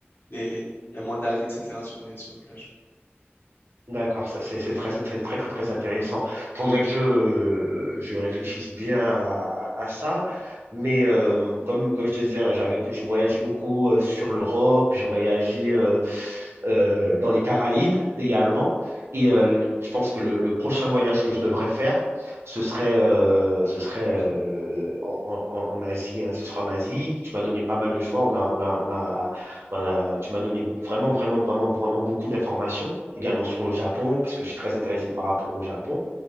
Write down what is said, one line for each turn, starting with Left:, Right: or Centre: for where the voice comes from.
Left: les, les- il y a moins d'algues, etc. sur les, sur les plages.
Right: D'accord, ça, c'est c'est très, très, très, très, très intéressant. Il faudrait que je, je réfléchisse bien à, à- à ça. Mais euh, comme, comme je te disais, hein, j'avais, je voyageais beaucoup euh, sur l'Europe, je voyageais euh, euh, dans les Caraïbes également. Et euh, je pense que le, le prochain voyage que je devrais faire, ce serait, euh, ce serait euh, en, en- en Asie. hein. Ce sera en Asie. Tu m'as donné pas mal de choix. On a, on a, on a voilà, tu m'as donné vraiment, vraiment, vraiment, vraiment beaucoup d'informations, également sur le Japon, parce que je suis très intéressé par rapport au Japon.